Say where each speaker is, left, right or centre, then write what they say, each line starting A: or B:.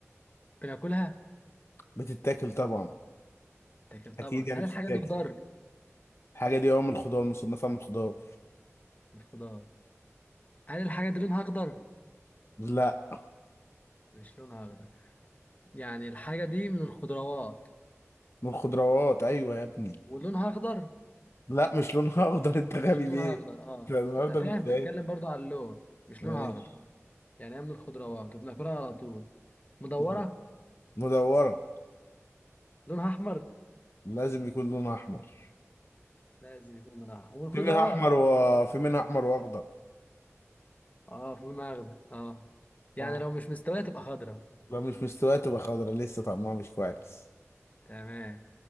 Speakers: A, on the left; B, on the left.
A: بناكلها؟
B: بتتاكل طبعا
A: تاكل طبعا
B: اكيد يعني
A: هل
B: بتتاكل
A: الحاجة دي خضار؟
B: الحاجه دي اه من الخضار مصنفه من الخضار
A: مش خضار هل الحاجة دي لونها أخضر؟
B: لا
A: مش لونها أخضر يعني الحاجة دي من الخضروات
B: من الخضروات ايوه يا ابني
A: ولونها أخضر؟
B: لا مش لونها اخضر <laughs> انت غبي
A: مش لونها
B: ليه
A: أخضر اه
B: إحنا النهارده
A: ما أنا فاهم
B: مش فايق
A: بتكلم برضو على اللون مش
B: ماشي
A: لونها أخضر يعني هي من الخضروات وبناكلها على طول مدورة
B: طيب. مدوره
A: لونها أحمر
B: لازم يكون لونها احمر
A: لازم يكون لونها أحمر والخضروات
B: في منها احمر وفي منها احمر واخضر
A: اه في لونها أخضر اه يعني
B: اه
A: لو مش مستوية تبقى خضرا
B: لو مش مستويه تبقى خضرا لسه طعمها مش كويس
A: تمام